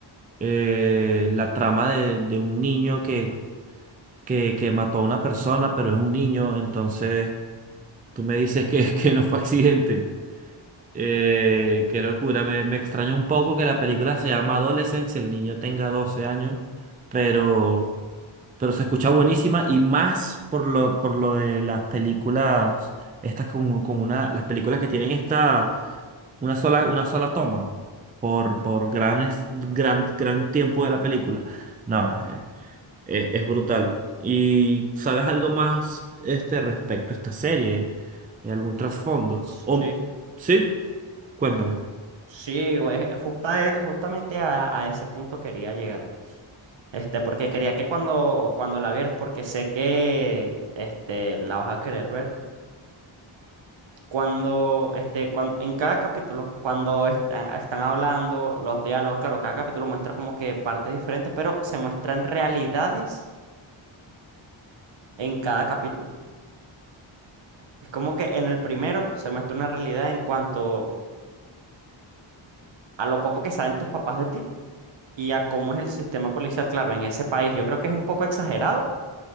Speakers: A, on the right; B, on the right.
A: eh, la trama de, de un niño que, que, que mató a una persona, pero es un niño, entonces tú me dices que, <laughs> que no fue accidente. Eh, qué locura, me, me extrañó un poco que la película se llama Adolescence y el niño tenga 12 años, pero, pero se escucha buenísima y más por lo, por lo de las películas, estas con, con una, las películas que tienen esta, una sola, una sola toma por, por gran, es- gran, gran tiempo de la película. No, eh, eh, es brutal. ¿Y sabes algo más este, respecto a esta serie? ¿Algún trasfondo?
B: Sí.
A: ¿O, sí? Cuéntame.
B: Sí, güey, eh, justa- eh, justamente a, a ese punto quería llegar. Este, porque quería que cuando, cuando la vieras, porque sé que este, la vas a querer ver. Cuando, este, cuan- en cada capítulo, cuando está- están hablando los diálogos, claro, cada capítulo muestra como que partes diferentes, pero se muestran realidades en cada capítulo. Es como que en el primero se muestra una realidad en cuanto a lo poco que saben tus papás de ti y a cómo es el sistema policial, claro, en ese país. Yo creo que es un poco exagerado